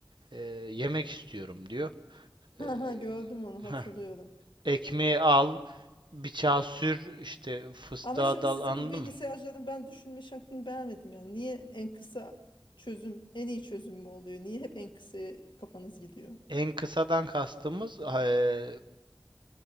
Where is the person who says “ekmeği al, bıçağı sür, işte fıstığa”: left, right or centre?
Right